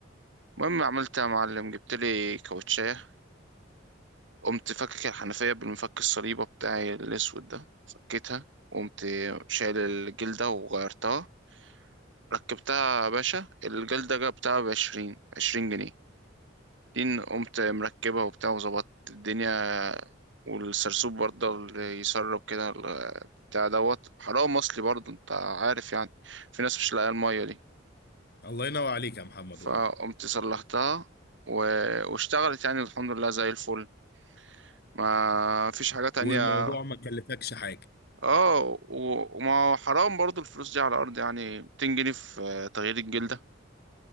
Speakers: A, on the right; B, on the left.
A: المهم عملت يا معلم جبت لي كاوتشايه قمت فكك الحنفيه بالمفك الصليبه بتاعي الاسود ده فكيتها وقمت شايل الجلده وغيرتها ركبتها يا باشا الجلده جبتها بعشرين عشرين جنيه دين قمت مركبها وبتاع وظبطت الدنيا والسرسوب برضه اللي يسرب كده بتاع دوت حرام اصلي برضه انت عارف يعني في ناس مش لاقيه الميه دي
B: الله ينور عليك يا محمد
A: فقمت
B: والله
A: صلحتها و... واشتغلت يعني الحمد لله زي الفل ما فيش حاجة تانية
B: والموضوع ما كلفكش حاجه
A: اه و... وما حرام برضه الفلوس دي على الارض يعني 200 جنيه في تغيير الجلدة